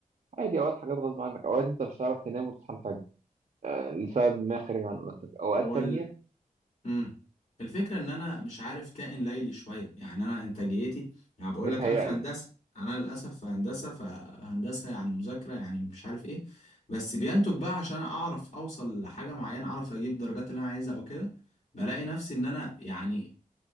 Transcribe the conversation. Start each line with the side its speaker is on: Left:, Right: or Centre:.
Right: عادي اوقات حاجات غصب عنك اوقات انت مش هتعرف تنام وتصحى الفجر آه، لسبب ما خارج عن ارادتك اوقات
Left: هو
Right: تانية
Left: ال... امم الفكره ان انا مش عارف كائن ليلي شويه يعني انا انتاجيتي يعني بقول
Right: متهيأ
Left: لك انا في
Right: لك
Left: هندسه انا للاسف في هندسه فهندسه يعني مذاكره يعني مش عارف ايه بس بينتج بقى عشان اعرف اوصل لحاجه معينه اعرف اجيب الدرجات اللي انا عايزها او كده بلاقي نفسي ان انا يعني